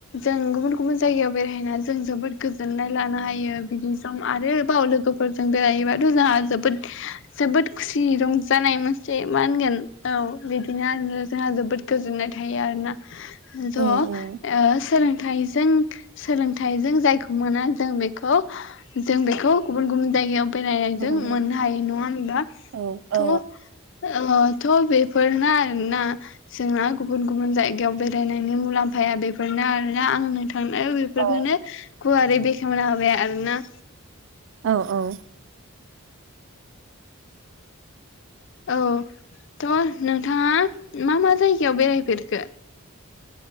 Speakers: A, on the left; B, on the right.
A: जों गुबुन गुबुन जायगायाव बेरायहैना जों जोबोद गोजोननाय लानो हायो। बिदि जम आरोबाव लोगोफोरजों बेरायहैबाथ' जोंहा जोबोद जोबोद खुसि रंजानाय मोनसे मा होनगोन औ बिदिनो जोंहा जोबोद गोजोननाय थायो आरोना। थ'
B: उम उम
A: सोलोंथाइ हि जों सोलोंथाइजों जायखौ मोना जों बेखौ जों बेखौ गुबुन गुबुन जायगायाव बेरायनायजों
B: गुबुन
A: मोननो
B: गुबुन
A: हायो नङा होनबा
B: औ
A: थ
B: औ
A: ओ थ बेेफोरनो आरो ना जोंना गुबुन गुबुन जायगायाव बेरायनायनि मुलामफाया बेफोरनो आरोना आं थांनाय बेफोरखौनो
B: औ
A: गुवारै बेखेवना होबाय आरोना।
B: औ औ
A: औ थ' नोंथाङा मा मा जायगायाव बेरायफेरखो?